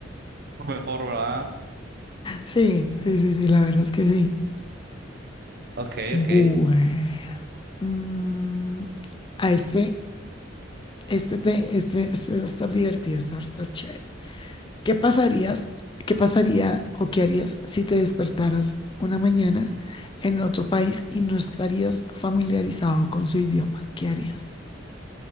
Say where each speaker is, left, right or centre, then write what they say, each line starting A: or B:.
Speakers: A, on the right; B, on the left.
A: Mejor, ¿verdad?
B: Sí, sí, sí, sí, la verdad es que sí.
A: Ok,
B: Bueno,
A: ok.
B: mm, a este, este, te, este, este va a estar divertido, este va a estar chévere. ¿Qué pasarías, qué pasaría o qué harías si te despertaras una mañana en otro país y no estarías familiarizado con su idioma? ¿Qué harías?